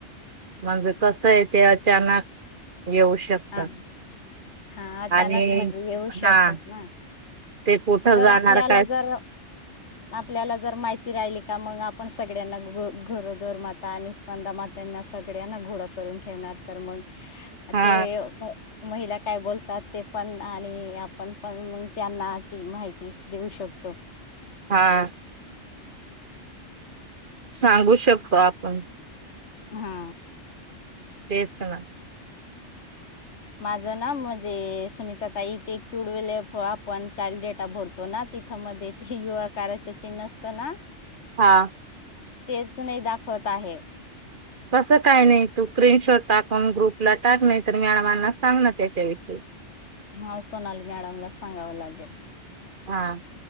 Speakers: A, on the right; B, on the left.
A: मग कसं आहे ते अचानक येऊ शकतात.
B: हा हा अचानक
A: आणि
B: म्हणजे येऊ शकतात
A: हा!
B: ना
A: ते कुठं
B: जर
A: जाणार
B: आपल्याला
A: काय
B: जर आपल्याला जर माहिती राहिली. त्या मग आपण सगळ्यांना घरोदर माता आणि स्कंदा मात्यांना सगळ्यांना घोड करून ठेवणार. तर मग
A: हा
B: ते महिला काय बोलतात ते पण, आणि आपण पण त्यांना ती माहिती देऊ शकतो.
A: हा. सांगू शकतो आपण
B: हा.
A: तेच ना
B: माझं ना म्हणजे सुनीता ताईथे कवडवेले आपण चाल्ड डेटा भरतो ना तिथं मध्ये युवा कारयचं चिन्ह असत ना
A: हा.
B: तेच नाही दाखवत आहे.
A: कसं काय नाही तू स्क्रीनशॉट टाकून ग्रुपला टाक नाही तर मॅडमांना सांग ना त्याच्याविषयी
B: हा सोनाली मॅडमला सांगावं लागेल.
A: हा